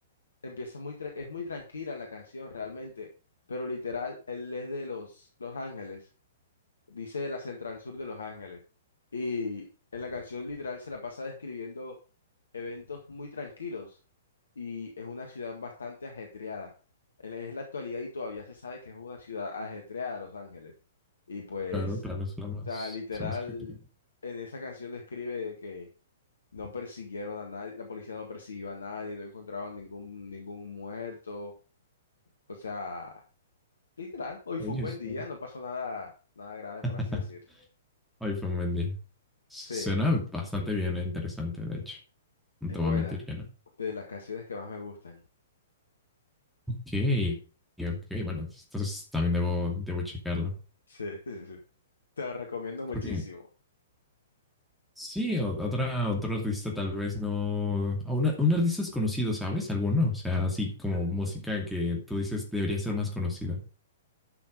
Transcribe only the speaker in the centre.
claro, claro, es la más,
es la más agitada.
Oye,
está.
<laughs>
Hoy fue un buen día. Suena
bastante bien e interesante, de hecho. No
te
voy a mentir que no.
Ok, ok, bueno, entonces también debo, debo checarlo.
Porque
sí, o- otra, otro artista tal vez no. a una- un artista es conocido, ¿sabes? Alguno. O sea, así como música que tú dices debería ser más conocida.